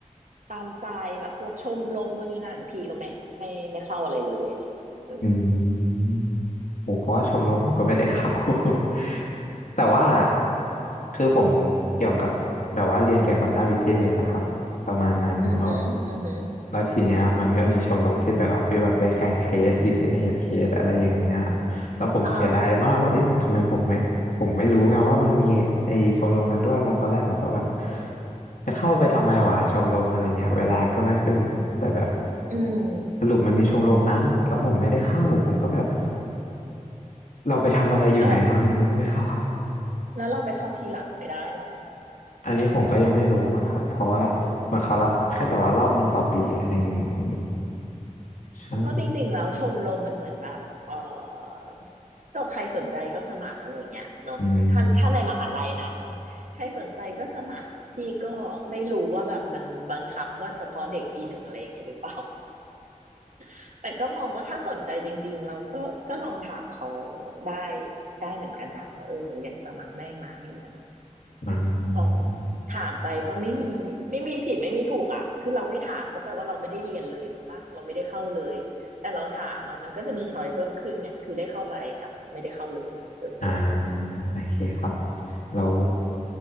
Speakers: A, on the right (about 70°); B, on the left (about 80°).
A: ตามใจแบบพวกชมรมนู่นนี่นั่นพี่ก็ไม่ไม่ไม่เข้าอะไรเลยอะไรเงี้ยเออ
B: อืม ผมเพราะว่าชมรมผมก็ไม่ได้เข้า <laughs> แต่ว่าคือผมเกี่ยวกับแบบว่าเรียนเกี่ยวกับด้านบิสเนสนะครับประมาณนั้นแล้ว
A: อือหืออือหือ
B: แล้วทีเนี้ยมันก็มีชมรมที่แบบว่าฟีลแบบไปแข่งเคสบิสเนสเคสอะไรอย่างเงี้ยแล้วผมเสียดายมากว่าเอ๊ะทำไมผมไม่ผมไม่รู้ไงว่ามันมีไอชมรมนั้นด้วยเพราะตอนแรกผมก็แบบ
A: อ่าอ่าอ่า
B: จะเข้าไปทำไมวะชมรมอะไรเงี้ยเวลาก็ไม่ค่อยมีแต่แบบ
A: อืม
B: สรุปมันมีชมรมนั้นแล้วผมไม่ได้เข้าผมก็แบบ เราไปทำอะไรอยู่ไหนมาทำไมเราไม่เข้า
A: เออแล้วเราไปเข้าทีหลังไม่ได้เหรอ
B: อันนี้ผมก็ยังไม่รู้อะครับ เพราะว่าเหมือนเขารับแค่แบบว่ารอบหนึ่งต่อปีอะไรอย่างนี้ใช่
A: เพราะจริงๆ แล้วชมรมมันเหมือนแบบเออก็ใครสนใจก็สมัครอะไรอย่างเงี้ยเนาะถ้าถ้าในมหาลัยนะอ่ะใครสนใจก็สมัครพี่ก็ไม่รู้ว่าแบบมันบังคับว่าเฉพาะเด็กปีหนึ่งอะไรอย่างงี้หรือเปล่า
B: อืม
A: <laughs> แต่ก็มองว่าถ้าสนใจจริงๆเราก็ก็ลองถามเขาได้ได้เหมือนกันนะว่าเออยังสมัครได้ไหมหรืออะไร
B: อื
A: ของ
B: ม
A: ถามไปก็ไม่มีไม่มีผิดไม่มีถูกอ่ะคือเราไม่ถามก็แปลว่าเราไม่ได้เรียนเลยถูกปะเราไม่ได้เข้าเลย แต่เราถามอ่ะมันก็จะมีช้อยเพิ่มขึ้นไงคือได้เข้าไปกับไม่ได้เข้าเลยเออ
B: อ่าโอเคครับ แล้ว